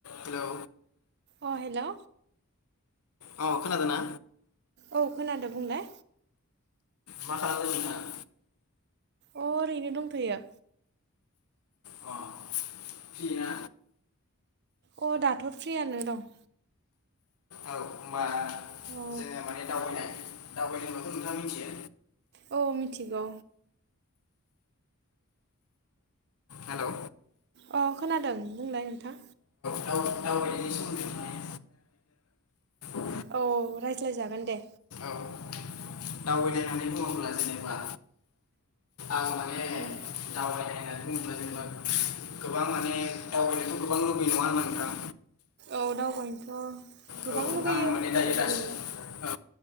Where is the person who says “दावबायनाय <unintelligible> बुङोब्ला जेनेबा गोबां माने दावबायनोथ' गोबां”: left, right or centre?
Left